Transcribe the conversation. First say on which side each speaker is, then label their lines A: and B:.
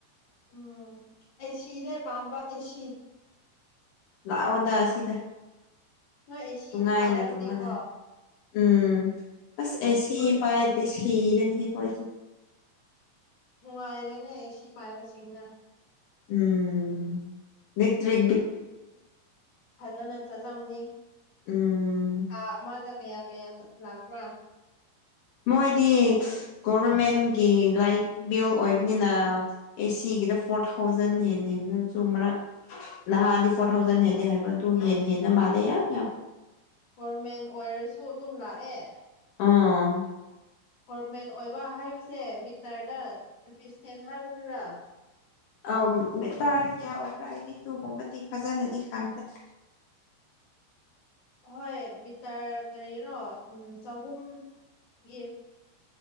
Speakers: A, on the left (about 45°); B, on the left (about 85°).
A: ꯎꯝ ꯑꯦꯁꯤꯅꯦ ꯄꯥꯝꯕ ꯑꯦꯁꯤ
B: ꯂꯥꯛꯑꯣꯗ ꯑꯁꯤꯗ
A: ꯍꯣꯏ ꯑꯦ ꯁꯤꯗꯤ
B: ꯅꯨꯡꯉꯥꯏꯅ
A: ꯄꯥꯏꯔꯝꯗꯤꯦꯀꯣ
B: ꯇꯨꯝꯕꯅ ꯎꯝ ꯑꯁ ꯑꯦꯁꯤ ꯄꯥꯏꯗꯤꯁꯤꯤꯔꯅꯤ ꯍ ꯀꯣꯏꯁꯨ
A: ꯨꯡꯉ ꯑꯥꯏꯔꯦꯅꯦ ꯑꯦꯁꯤ ꯄꯥꯏꯕ ꯁꯤꯁꯤꯡꯉ
B: ꯎꯝ ꯅꯇꯕꯤ
A: ꯐꯖꯅ ꯆꯠꯂꯝꯅꯤ
B: ꯎꯝ
A: ꯊꯥ ꯑꯃꯗ ꯀꯌꯥ ꯀꯌꯥ ꯂꯥꯛꯄ꯭ꯔꯥ <inaudible> <unintelligible>
B: ꯃꯣꯏꯗꯤ ꯒꯣꯚꯔꯃꯦꯟꯒꯤ ꯂꯥꯏꯠ ꯕꯤꯜ ꯑꯣꯏꯕꯅꯤꯅ ꯑꯦꯁꯤꯒꯤꯗ ꯐꯣꯔ ꯊꯥꯎꯖꯟ ꯆ꯭ꯔ ꯅꯍꯥꯟꯅꯤ ꯐꯣꯔ ꯊꯥꯎꯖꯟ ꯍꯦꯂꯦ ꯍꯥꯏꯕ꯭ꯔ ꯇꯨ ꯍꯦꯟ ꯍꯦꯟꯅ ꯃꯥꯂꯦ ꯌꯥꯝ ꯌꯥꯝ
A: ꯒꯣꯔꯃꯦꯟ ꯑꯣꯏꯔꯁꯨ ꯑꯗꯨꯝ ꯂꯥꯛꯑꯦ
B: ꯑꯥ
A: ꯀꯣꯔꯣꯔꯃꯦꯟ ꯑꯣꯏꯕ ꯍꯥꯏꯕꯁꯦ ꯃꯤꯇꯔꯗ ꯔꯔꯤꯄꯤꯁꯇꯦꯟ ꯍꯥꯏꯕꯗꯨꯔꯥ
B: ꯑ ꯇꯥꯗ ꯀꯌꯥ ꯑꯣꯏꯕ꯭ꯔꯥ ꯍꯥꯏꯗꯤ ꯇꯨꯒꯨꯝꯕꯗꯤ ꯐꯖꯅꯗꯤ ꯈꯪꯗꯩ
A: <inaudible> <unintelligible> ꯍꯣꯏ ꯃꯤꯇꯔ ꯀꯔꯤꯅꯣ ꯎꯝ ꯆꯍꯨꯝꯒꯤ